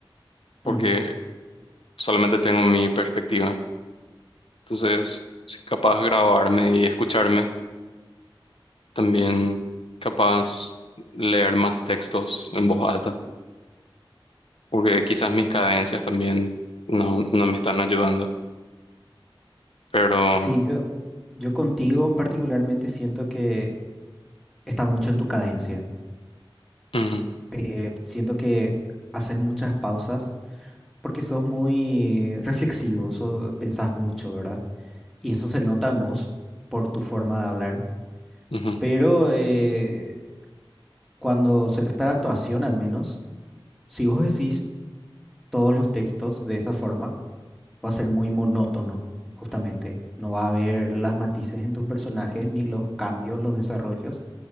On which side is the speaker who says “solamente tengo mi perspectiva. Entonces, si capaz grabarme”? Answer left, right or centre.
Left